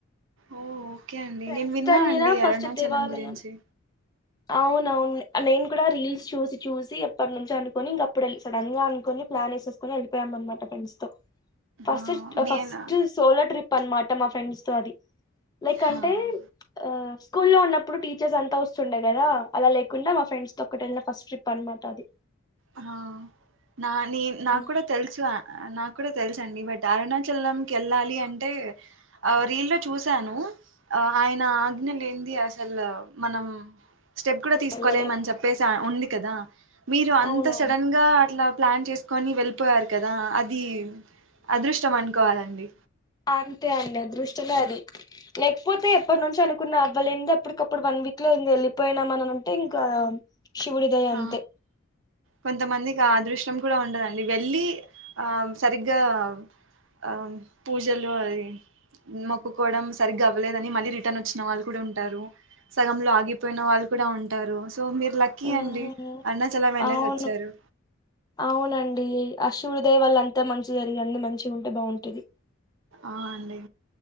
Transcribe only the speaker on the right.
ఓ ఓకే అండి
నేను విన్నా
అండి
అరుణాచలం
గురించి
ఆ నేను
హా
ఆ నా నీ
నాకు కూడా తెలుసు నాకు కూడా తెలుస అండి బట్ అరుణాచలం క వెళ్ళాలి అంటే ఆ రీల్ లో చూసాను ఆ ఆయన ఆజ్ఞ లే ఏంది అసలు మనం స్టెప్ కూడా తీసుకోలేమని
చెప్పేసి ఉంది కదా మీరు అంత
సడన్ గా అట్లా ప్లాన్ చేసుకొని వెళ్ళిపోయారు కదా అది ఇది అదృష్టం అనుకోవాలండి
ఆ
కొంతమందికి అదృష్టం కూడా ఉండదండి వెల్లి ఆ సరిగ్గా ఆ పూజలు అది మొక్కుకోవడం సరిగ్గావలేదని మళ్ళీ రిటర్న్ వచ్చిన వాళ్ళు కూడా ఉంటారు సగంలో ఆగిపోయిన వాళ్ళు కూడా ఉంటారు సో మీరు లక్కీ
అండి అరుణాచలం వెళ్ళేసి
వచ్చారు
ఆ అండి